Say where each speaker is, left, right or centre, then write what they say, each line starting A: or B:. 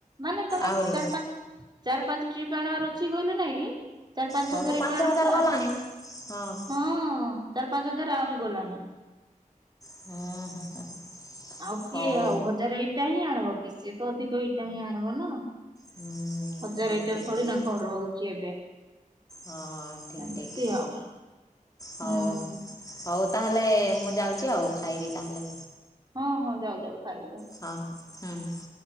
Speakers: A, on the right; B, on the left.
A: ମାନେ ତମେ
B: ଆହୁରି
A: ଚାରି ପାଞ୍ଚ ଚାରି ପାଞ୍ଚ ଟ୍ରିପ୍ ଆଣିବାର ଅଛି କହିଲେ ନାଇଁ କି ଚାରି ପାଞ୍ଚ
B: ତମ
A: ହଜାର
B: ତ ପାଞ୍ଚ
A: ଇଟା ଆଣିବ
B: ହଜାର
A: ନା
B: ଗଲାଣି ହଁ
A: ହଁ ଚାରି ପାଞ୍ଚ ହଜାର ଆହୁରି ଗଲାଣି
B: ହୁଁ ହୁଁ ହୁଁ
A: ଆଉ
B: ହଉ
A: କିଏ ଆଉ ହଜାର ଇଟା ହିଁ ଆଣବ କି ସେ ତ ଅଧିକ ଇଟା ହିଁ ଆଣିବ ନା
B: ହୁଁ
A: ହଜାରେ
B: ଠିକ୍
A: ଇଟାରେ
B: ଠିକ୍
A: ଥୋଡି
B: ଠିକ୍
A: ନା ଘର ହଉଛି ଏବେ।
B: ହଁ ଠିକ
A: ଏମତି
B: ଠିକ
A: ଆଉ
B: ହଉ।
A: ହୁଁ।
B: ହଉ ତାହେଲେ ମୁଁ ଯାଉଛି ଆଉ ଖାଇବି ତାହେଲେ।
A: ହଁ ହଁ ଯାଅ ଯାଅ ଖାଇବା ଯାଅ।
B: ହଁ ହଁ ହୁଁ।